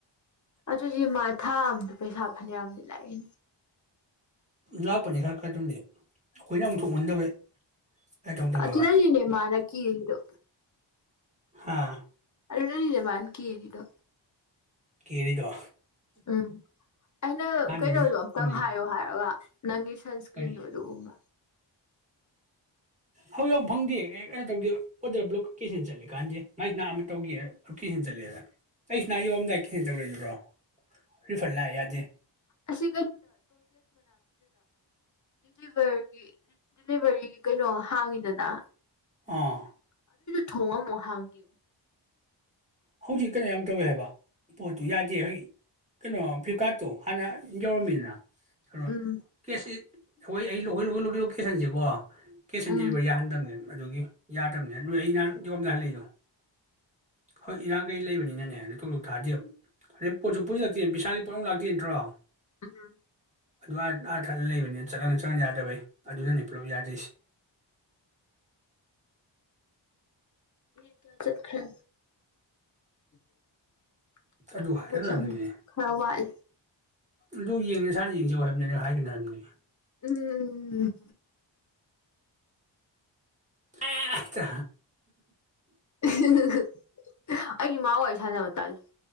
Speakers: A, on the left; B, on the right.
A: ꯑꯗꯨꯗꯤ ꯃꯥ ꯊꯥꯑꯝꯗ ꯄꯩꯁꯥ ꯐꯅꯌꯥꯝꯗꯤ ꯂꯥꯛꯏ
B: ꯂꯥꯛꯄꯅꯤ ꯈꯔ ꯀꯇꯗꯤ ꯑꯩꯈꯣꯏꯅ ꯑꯃꯨꯊꯣꯛꯍꯟꯗꯕꯩ ꯀꯥꯏ ꯇꯧꯗꯕ
A: ꯑꯗꯨꯅꯅꯤꯅꯦ
B: ꯕꯥ
A: ꯃꯥꯅ ꯀꯤꯔꯤꯗꯣ
B: ꯍꯥꯥ
A: ꯑꯗꯨ ꯅꯅꯤꯅꯦꯕꯅꯤ ꯀ ꯑꯦꯅꯤꯗꯣ
B: ꯀꯔꯤꯗ
A: ꯎꯝ ꯑꯩꯅ ꯀꯩꯅꯣꯗꯣ
B: ꯑꯗꯨꯝ
A: ꯑꯝꯇꯪ
B: ꯎꯝ
A: ꯍꯥꯏꯌꯣ ꯍꯥꯏꯔꯒ ꯅꯪꯒꯤꯁꯜꯁꯀꯤꯟ
B: ꯀꯔꯤ
A: ꯑꯣꯏ ꯑꯗꯨꯒꯕ
B: ꯍꯧ ꯌꯥꯧ ꯐꯪꯗꯦ ꯑꯦ ꯀꯩꯅꯣ ꯇꯧꯗꯦ ꯑꯣꯗꯔ ꯀꯦꯟꯁꯦꯜ ꯆꯠꯂ ꯀꯥꯟꯗꯦ ꯃꯥꯏꯁꯤꯅꯥ ꯑꯃ ꯇꯧꯒꯦ ꯀꯦꯟꯁꯟ ꯆꯠꯂꯦꯗ ꯑꯩꯁꯤ ꯅꯥ ꯌꯧꯑꯝꯗꯥꯏꯗ ꯀꯦꯟꯁꯦꯜ ꯇꯧꯔꯛꯏꯗꯨꯔꯣ ꯔꯤꯐꯟ ꯂꯥꯛꯑꯦ ꯌꯥꯗꯦ
A: ꯑꯁꯤ ꯂꯤꯚꯔꯒꯤ ꯗꯗꯤꯂꯤꯚꯔꯤꯒꯤ ꯀꯩꯅꯣ ꯍꯥꯡꯉꯤꯗꯅ
B: ꯑꯥ
A: ꯊꯣꯡꯉꯝꯣ ꯍꯥꯡꯒꯦꯨ
B: ꯍꯧꯖꯤꯛ ꯀꯩꯅꯣ ꯌꯥꯝ ꯇꯧꯋꯦ ꯍꯥꯏꯕ ꯄꯣꯠꯇꯨ ꯌꯥꯗꯦ ꯍꯧꯖꯤꯛ ꯀꯩꯅꯣ ꯐ꯭ꯂꯤꯞꯀꯥꯔꯠꯇꯣ ꯍꯥꯟꯅ ꯌꯧꯔꯝꯃꯤꯗꯅ ꯍ
A: ꯎꯝ
B: ꯀꯁꯤ ꯑꯩꯈꯣꯏ ꯑꯩ ꯂꯣꯏ ꯂꯈꯣꯏ ꯂꯧꯒꯦ ꯂꯣꯀꯦꯟꯁꯤꯀꯣ ꯀꯁ ꯑꯣꯟ
A: ꯎꯝ
B: ꯗꯗꯤꯦꯂꯤꯚꯔꯤꯌꯥ ꯍꯗꯪꯅ ꯑꯗꯨꯒꯤ ꯌꯥꯗꯕꯅꯤ ꯑꯗꯨ ꯑꯩ ꯅꯍꯥꯟ ꯌꯣꯝꯗ ꯍꯜꯂꯛꯏꯗꯣ ꯍꯣꯏ ꯏꯔꯥꯡ ꯀꯩ ꯂꯩꯕꯅꯤꯅꯅꯦ ꯑꯗꯨꯣ ꯇꯣꯂꯣꯣꯛ ꯊꯥꯗꯦꯕ ꯑꯗꯩ ꯄꯣꯠꯁꯨ ꯄꯨꯟꯁꯤꯜꯂꯛꯇꯦ ꯄꯩꯁꯥꯗꯤ ꯄꯣꯠꯅꯃꯛ ꯂꯥꯛꯇꯦ ꯅꯠꯇ꯭ꯔꯣ
A: ꯎꯝ
B: ꯑꯗꯨ ꯑꯥꯔꯊꯠ ꯂꯩꯕꯅꯤꯅ ꯆꯠꯉ ꯆꯠꯉ ꯌꯥꯗꯕꯩ ꯑꯗꯨꯅꯅꯤ ꯄꯨꯂꯞ ꯌꯥꯗꯔꯤꯁꯦ
A: ꯃꯤ ꯌꯥꯥ ꯆꯠꯈꯦꯝ ꯎ ꯈꯔ
B: ꯑꯗꯨ ꯍꯥꯏꯒꯠꯅꯔꯝꯅꯤꯅꯦ
A: ꯆ ꯈꯔ ꯋꯥꯜ
B: ꯑꯗꯨ ꯌꯦꯡ ꯁꯥꯥꯅ ꯌꯦꯡꯁꯤ ꯋꯥ ꯍꯥꯏꯕꯅꯤꯅ ꯍꯥꯏꯒꯅꯤ ꯍꯥꯏꯕꯅꯤ
A: ꯎꯝ
B: ꯑꯦꯆꯥ
A: ꯎ ꯑꯩ ꯏꯃꯥ ꯑꯣꯏꯏ ꯁꯥꯟꯅꯕꯇꯜ